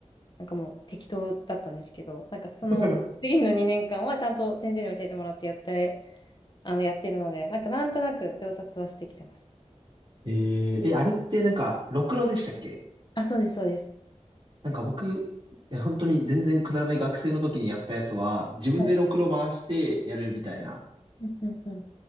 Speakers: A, on the left; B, on the right.
A: なんかもう適当だったんですけど、なんかその次の2年間はちゃんと先生に教えてもらってやって、
B: <laughs>
A: あのやってるので、なんかなんとなく上達はしてきてます。
B: えええ、あれってなんか、ろくろでしたっけ
A: あ、そうです、そうです。
B: なんか僕、いや本当に全然くだらない学生の時にやったやつは、自分でろくろ回してやるみたいな
A: はい。うんうんうん。